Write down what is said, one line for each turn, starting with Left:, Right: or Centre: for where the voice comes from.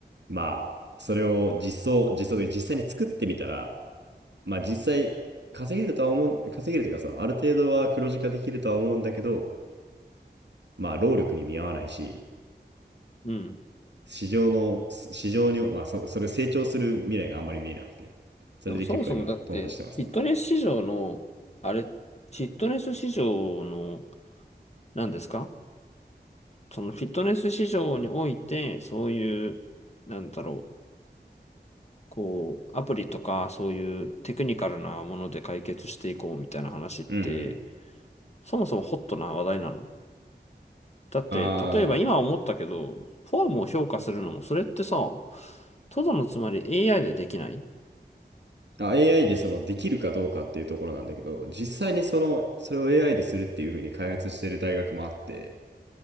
Right: まあ、それを実装、実装というか実際に作ってみたら、まあ実際稼げるとは思う、稼げるというか、その、ある程度は黒字化できるとは思うんだけど、まあ、労力に見合わないし、
Left: うん。
Right: 市場の、市場に、まあ、そ、それ成長する未来があんまり見えなくて、それで結構今、
Left: でもそもそもだって、
Right: 頓挫してますね。
Left: フィットネス市場の、あれ、フィットネス市場の、何ですかそのフィットネス市場において、そういう、なんだろう。こう、アプリとかそういうテクニカルなもので解決していこうみたいな話って、
Right: うんうん。
Left: そもそもホットな話題なの。だって、
Right: あー
Left: 例えば今思ったけど、フォームを評価するのも、それってさ、とどのつまり AI でできない
Right: あ、AI でそのできるかどうかっていうところなんだけど、実際にその、それを AI でするっていうふうに開発してる大学もあって、